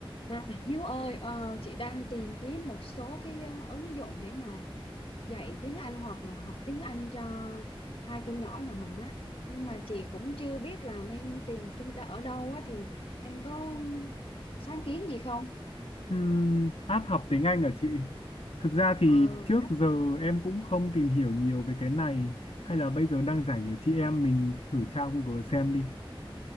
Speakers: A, on the left; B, on the left.
A: À, Hiếu ơi, ờ, chị đang tìm kiếm một số cái ờ, ứng dụng để mà dạy tiếng Anh hoặc là học tiếng Anh cho hai cô nhỏ nhà mình á. Nhưng mà chị cũng chưa biết là nên tìm trên, ở đâu á thì em có sáng kiến gì không?
B: Ừm, app học tiếng Anh ở chị. Thực ra thì
A: Ờ,
B: trước giờ em cũng không tìm hiểu nhiều về cái này hay là bây giờ đang rảnh để chị em mình thử tra Google xem đi.